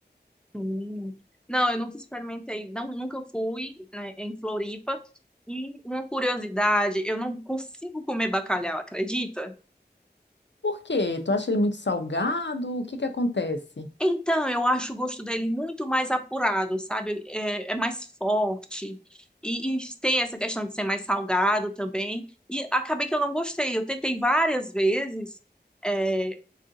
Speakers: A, in the centre; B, on the left (about 85°).
A: sim. Não, eu nunca experimentei, não, nunca fui, né, em Floripa. E uma curiosidade, eu não consigo comer bacalhau, acredita?
B: Por quê? Tu acha ele muito salgado? O que que acontece?
A: Então, eu acho o gosto dele muito mais apurado, sabe? É, é mais forte. E, e tem essa questão de ser mais salgado também. E acabei que eu não gostei. Eu tentei várias vezes, é,